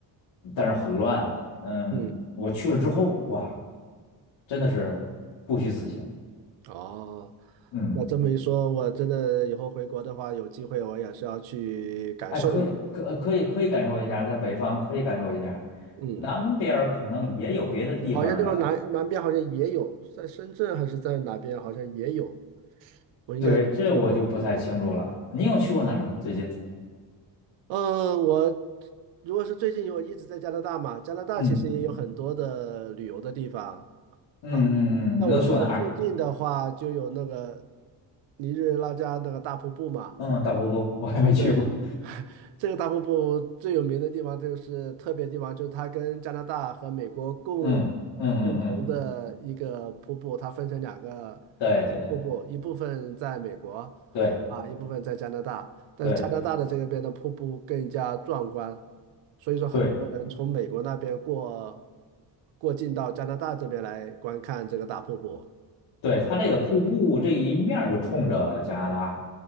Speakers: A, on the left; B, on the right.
A: 但是很乱。嗯，
B: 嗯
A: 我去了之后，哇，真的是不虚此行。
B: 哦，
A: 嗯。
B: 那这么一说，我真的以后回国的话，有机会我也是要去感受一下。
A: 哎，可以，可呃可以可以感受一下，在北方可以感受一下，
B: 嗯，
A: 南边儿可能也有别的地方的，
B: 好像地方南南边好像也有，在深圳还是在哪边，好像也有，我应该也听说过。
A: 对，这我就不太清楚了。你有去过哪儿吗？最近？
B: 嗯，我如果是最近我一直在加拿大嘛，加拿大其实也有很多的旅游的地方。
A: 嗯嗯嗯嗯，
B: 啊，那我在附近的话，
A: 你都去过哪儿？
B: 就有那个尼日拉加那个大瀑布嘛。
A: 嗯，大瀑布我还没去过。
B: 对，这个大瀑布最有名的地方就是特别地方，就是它跟加拿大和美国共
A: 嗯嗯嗯嗯，
B: 共同的一个瀑布，它分成两个
A: 对对对
B: 两个瀑布，一部分在美国
A: 对
B: 啊，一部分在加拿大。但是加拿大的这个边的瀑布更加壮观，
A: 对
B: 所以说很多人从美国那边过
A: 对
B: 过境到加拿大这边来观看这个大瀑布。
A: 对，它这个瀑布这一面儿就冲着加拿大，